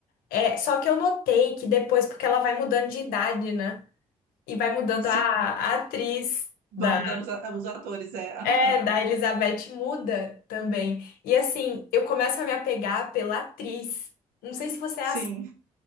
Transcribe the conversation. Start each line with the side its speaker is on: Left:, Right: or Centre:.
Left: É, só que eu notei que depois, porque ela vai mudando de idade, né? E vai mudando
Right: sim.
Left: a, a atriz
Right: Vão
Left: da,
Right: mudando os, a- os atores, é. <laughs>
Left: é,
Right: Ah,
Left: da Elizabeth muda também. E assim, eu começo a me apegar pela atriz. Não sei se você
Right: Sim.
Left: é assim.